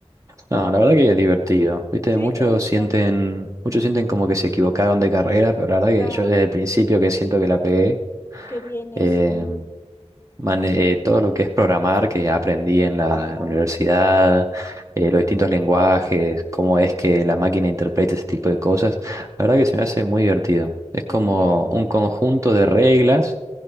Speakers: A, on the right (about 25°); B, on the left (about 20°).
A: No, la verdad que es divertido. Viste,
B: ¿Sí?
A: muchos
B: ¿Te gusta?
A: sienten, muchos sienten como que se equivocaron de carrera, pero la verdad
B: Ya,
A: que yo desde el principio que siento que la pegué,
B: qué bien eso.
A: eh, mane- eh, todo lo que es programar que aprendí en la
B: Ajá,
A: universidad, eh, los distintos lenguajes, cómo es que la máquina interpreta ese tipo de cosas, la verdad que se me hace muy divertido. Es
B: qué
A: como
B: bien.
A: un conjunto de reglas